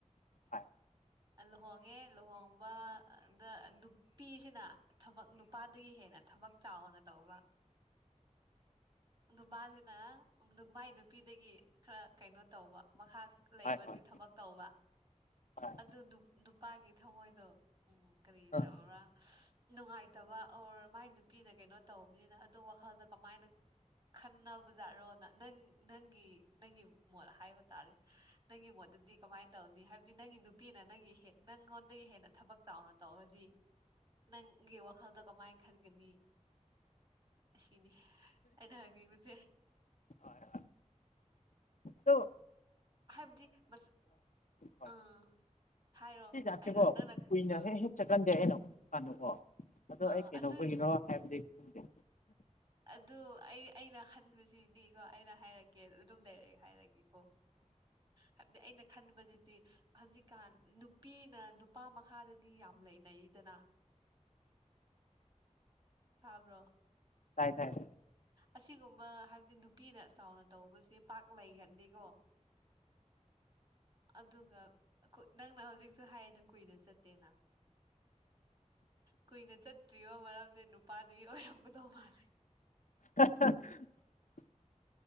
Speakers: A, on the left; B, on the right.
A: ꯍꯣꯏ
B: ꯂꯨꯍꯣꯡꯉꯦ ꯂꯨꯍꯣꯡꯕꯗ ꯅꯨꯄꯤꯁꯤꯅ ꯊꯕꯛ ꯅꯨꯄꯥꯗꯒꯤ ꯍꯦꯟꯅ ꯊꯕꯛ ꯆꯥꯎꯅ ꯇꯧꯕ ꯅꯨꯄꯥꯁꯤꯅ ꯃꯥꯏ ꯅꯨꯄꯤꯗꯒꯤ ꯈꯔ ꯀꯩꯅꯣ ꯇꯧꯕ ꯃꯈꯥ ꯂꯩꯕꯗꯤ
A: ꯍꯣꯏ ꯍꯣꯏ
B: ꯊꯕꯛ ꯇꯧꯕ
A: ꯍꯣꯏ
B: ꯑꯗꯨ ꯅꯨꯄꯥꯒꯤ ꯊꯃꯣꯏꯗꯣ ꯎꯝ ꯀꯔꯤ
A: ꯍꯣꯏ
B: ꯇꯧꯕ꯭ꯔꯥ ꯅꯨꯡꯉꯥꯏꯇꯕ ꯑꯣꯔ ꯃꯥꯏ ꯅꯨꯄꯤꯅ ꯀꯩꯅꯣ ꯇꯧꯕꯅꯤꯅ ꯑꯗꯨ ꯋꯥꯈꯜꯗ ꯀꯃꯥꯏꯅ ꯈꯟꯅꯕꯖꯥꯠꯔꯣꯅ ꯅꯪ ꯅꯪꯒꯤ ꯅꯪꯒꯤ ꯃꯣꯠ ꯍꯥꯏꯕ ꯇꯥꯔꯦ ꯅꯪꯒꯤ ꯃꯣꯠꯇꯗꯤ ꯀꯃꯥꯏꯅ ꯇꯧꯅꯤ ꯍꯥꯏꯕꯗꯤ ꯅꯪꯒꯤ ꯅꯨꯄꯤꯅ ꯅꯪꯒꯤ ꯍꯦ ꯅꯪꯉꯣꯟꯗꯒꯤ ꯍꯦꯟ ꯊꯕꯛ ꯆꯥꯎꯅ ꯇꯧꯔꯗꯤ ꯅꯪꯒꯤ ꯋꯥꯈꯜꯗꯣ ꯀꯃꯥꯏꯅ ꯈꯟꯒꯅꯤ ꯑꯁꯤꯅꯤ ꯑꯩꯅ ꯍꯥꯏꯕꯤꯕꯁꯦ
A: ꯍꯣꯏ ꯍꯣꯏ ꯑꯗꫭ
B: ꯍꯥꯏꯕꯗꯤ ꯃꯁ
A: ꯍꯣꯏ
B: ꯑꯥ
A: ꯍꯣꯏ
B: ꯍꯥꯏꯔꯣ
A: ꯁꯤ ꯆꯁꯦ
B: ꯍꯥꯏꯔꯣ
A: ꯀꯣ
B: ꯅꯪꯅ
A: ꯀꯨꯏꯅꯍꯦ
B: ꯑꯥ
A: ꯍꯦ ꯆꯀꯥꯟꯗ ꯍꯥꯏꯅꯣ ꯀꯥꯟꯗꯣꯀꫭ ꯑꯗꯣ
B: ꯑꯥ
A: ꯑꯩ ꯀꯩꯗꯧꯕꯒꯤꯔꯣ
B: ꯑꯗꯨ
A: ꯍꯥꯏꯕꯗꯤ ꯈꯪꯗꯦ
B: ꯑꯗꯨ ꯑꯩ ꯑꯩꯅ ꯍꯟꯕꯁꯤꯅꯤꯀꯣ ꯑꯩꯅ ꯍꯥꯏꯔꯛꯀꯦ ꯑꯗꯨꯝ ꯂꯩꯔꯛꯑꯦ ꯍꯥꯏꯔꯒꯦꯀꯣ ꯍꯥꯏꯕꯗꯤ ꯑꯩꯅ ꯈꯟꯕꯗꯨꯗꯤ ꯍꯧꯖꯤꯛꯀꯥꯟ ꯅꯨꯄꯤꯅ ꯅꯨꯄꯥ ꯃꯈꯥꯗꯗꯤ ꯌꯥꯝ ꯂꯩꯅꯩ ꯗꯅ ꯇꯥꯕ꯭ꯔꯣ
A: ꯍꯥꯏ ꯇꯥꯏ ꯇꯥꯏ
B: ꯑꯁꯤꯒꯨꯝꯕ ꯍꯥꯏꯕꯗꯤ ꯅꯨꯄꯤꯅ ꯆꯥꯎꯅ ꯇꯧꯕꯁꯦ ꯄꯥꯛ ꯂꯩꯒꯟꯅꯗꯦꯀꯣ ꯑꯗꯨꯒ ꯑꯈꫭꯏ ꯅꯪꯅ ꯍꯧꯖꯤꯛꯁꯨ ꯍꯥꯏꯌꯦꯅ ꯀꯨꯏꯅ ꯆꯠꯇꯦꯅ ꯀꯨꯏꯅ ꯆꯠꯇ꯭ꯔꯤꯕ ꯃꯔꯝꯗꯤ ꯅꯨꯄꯥꯗꯨꯒꯤ ꯑꯣꯏꯔꯝꯒꯗꯧ ꯃꯥꯜꯂꯦ
A: <inaudible>